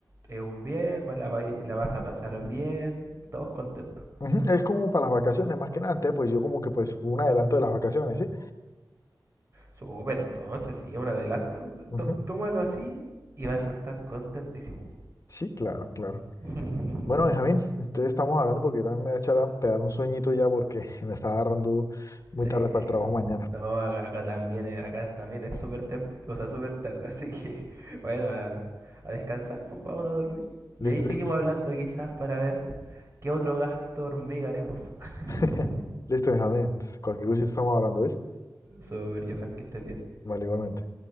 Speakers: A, on the right; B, on the left.
A: Es un bien, va- la, vai- la vas a pasar bien, todos contentos.
B: Ujú, Es como para las vacaciones, más que nada. Entonces, pues yo como que pues un adelanto de las vacaciones, ¿sí?
A: Súper, entonces, sí, un adelanto.
B: Ujú.
A: To- tómalo así y vas a estar contentísimo.
B: Sí, claro, claro.
A: <laughs>
B: Bueno, Benjamín, ustedes estamos hablando porque yo también me voy a echar a pegar un sueñito ya porque <laughs> me está agarrando muy
A: Sí.
B: tarde para el trabajo mañana.
A: No, acá, acá también es, acá también es súper tem- o sea, súper tarde, así que <laughs> bueno, a, a descansar, pues vámonos a dormir. Y
B: Listo,
A: ahí seguimos
B: listo.
A: hablando quizás para ver qué otro gasto hormiga haremos. <laughs>
B: <laughs> Listo, Benjamín. Entonces, cualquier cosita estamos hablando, ¿ves?
A: Súper, Johan, que estés bien.
B: Vale, igualmente.